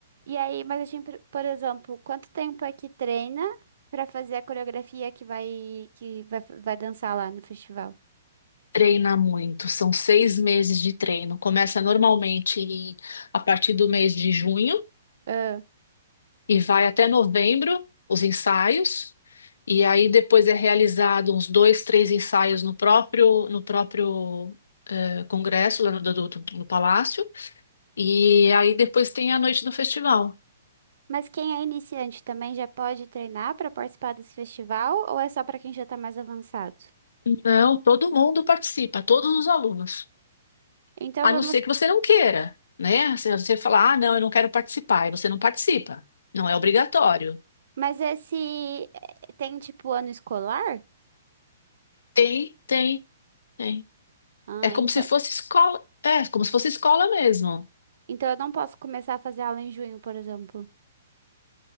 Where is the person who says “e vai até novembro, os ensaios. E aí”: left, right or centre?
Left